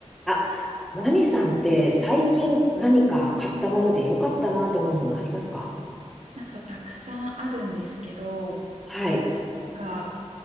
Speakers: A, in the centre; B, on the right (about 70°).
A: あ、まなみさんって最近何か買ったもので良かったなと思うものありますか
B: なんかたくさんあるんですけど、
A: はい。
B: なんか